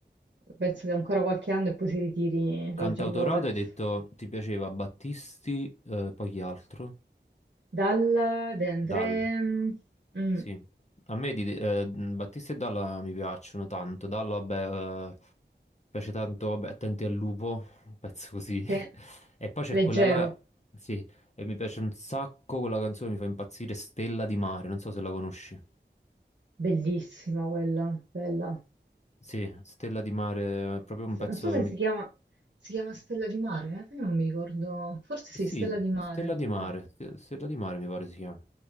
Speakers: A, on the right (about 70°); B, on the left (about 40°).
A: penso che ancora qualche anno e poi si ritiri
B: Cantautorato
A: Roger Waters.
B: hai detto ti piaceva Battisti, eh, poi chi altro?
A: Dalla De André,
B: Dal.
A: mm,
B: Sì, a me di, eh, Battista e Dalla mi piacciono tanto. Dalla, vabbè, eh, piace tanto, vabbè, Attenti al lupo, un pezzo così.
A: sì,
B: <laughs> E poi c'è
A: leggero,
B: quella là, sì, e mi piace un sacco, quella canzone mi fa impazzire, Stella di mare, non so se la conosci.
A: bellissima quella, bella.
B: Sì, Stella di mare, è proprio un
A: S-
B: pezzo
A: Non so se
B: che mi
A: si chiama, si chiama Stella di Mare, eh? Perché non mi ricordo, forse sì,
B: Sì,
A: Stella di Mare.
B: Stella di Mare,
A: Mm.
B: Ste- Stella di Mare mi pare si chiama.